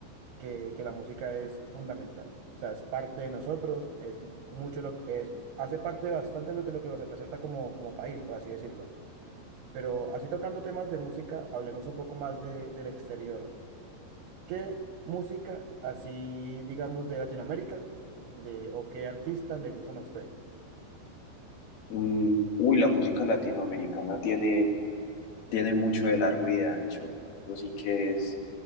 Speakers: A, on the right (about 65°); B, on the left (about 55°).
A: que, que la música es fundamental. O sea, es parte de nosotros, es mucho lo que es, hace parte bastante de lo- de lo que nos representa como, como país, por así decirlo. Pero así tocando temas de música, hablemos un poco más de, del exterior. ¿Qué música, así digamos, de Latinoamérica, le, o qué artistas le gustan a usted?
B: Mm, uy, la música latinoamericana tiene, tiene mucho de largo y de ancho. Eso sí que es,